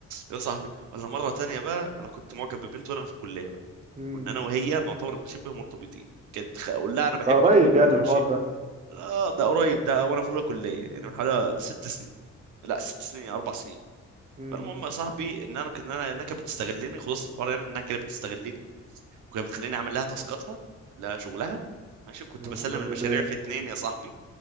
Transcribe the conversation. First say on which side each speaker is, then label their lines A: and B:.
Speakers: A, on the right (about 75°); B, on the right (about 25°).
A: يا صاحبي ولا مره تانية بقى انا كنت معجب ببنت وانا في الكليه بقى
B: امم
A: كنا انا وهي نعتبر شبه مرتبطين كنت خ- اقول لها انا بحبك
B: ده قريب
A: وتقول لي
B: يعني
A: ما تقولش
B: الحوار ده
A: لا ده قريب ده وانا في اولى كليه
B: امم
A: يعني من حوالي ست سنين لا ست سنين اربع سنين
B: امم
A: فالمهم يا صاحبي ان انا كان انا انها كانت بتستغلني خلاص الحوار يعني انها كانت بتستغلني وكانت بتخليني اعمل لها تاسكاتها لها شغلها ماشي كنت
B: يا
A: بسلم
B: ابو ولاد
A: المشاريع
B: الايه
A: في اتنين يا صاحبي